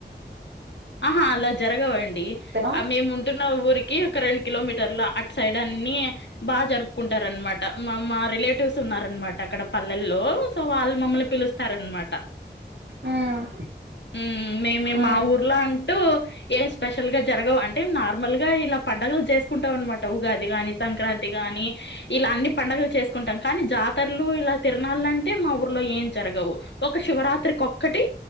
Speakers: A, on the left; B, on the right.
A: ఆహా అలా జరగవండి
B: కదా
A: ఆ మేము ఉంటున్న ఊరికి ఒక రెండు కిలోమీ అట్ సైడ్ అన్ని బాగా జరుపుకుంటార అనమాట మా మా రిలేటివ్స్ ఉన్ననమాట అక్కడ పల్లెల్లో సో వాళ్ళు మమ్మల్ని పిలుస్తారనమాట.
B: ఉమ్
A: హ్మ్ మేమే
B: ఉమ్
A: మా ఊరు. అంటూ ఏం స్పెషల్ గా జరగవు అంటే నార్మల్ గా ఇలా పండుగలు చేసుకుంటాం అనమాట ఉగాది గాని సంక్రాంతి గాని ఇలా అన్ని పండుగలు చేసుకుంటాం కానీ జాతరలు ఇలా తిరణాల అంటే మా ఊర్లో ఏం జరగవు ఒక శివరాత్రికి ఒక్కటి